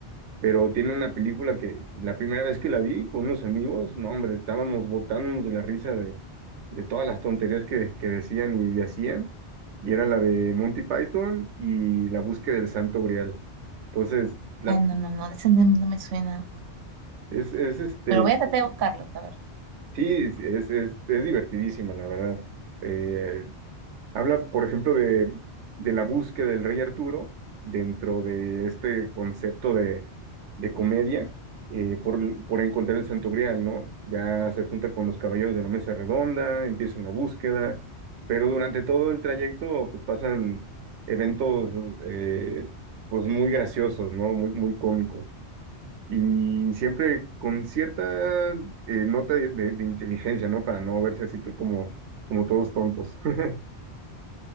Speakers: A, on the right (about 80°); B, on the right (about 60°).
A: pero tiene una película que la primera vez que la vi con unos amigos, no, hombre, estábamos botándonos de la risa de, de todas las tonterías que, que decían y, y hacían, y era la de Monty Python y la búsqueda del Santo Grial. Entonces, la,
B: Ah, no, no, no, esa no, no me suena.
A: es, es este,
B: Pero voy a tratar de buscarlos, a ver.
A: sí, es, es, es divertidísima, la verdad. Eh, Habla, por ejemplo, de, de la búsqueda del rey Arturo dentro de este concepto de, de comedia eh, por, por encontrar el Santo Grial, ¿no? Ya se junta con los caballeros de la mesa redonda, empiezan la búsqueda, pero durante todo el trayecto pues pasan eventos eh, pues muy graciosos, ¿no? Muy, muy cómicos. Y siempre con cierta eh, nota de, de- de inteligencia, ¿no? Para no verse así como, como todos tontos. <laughs>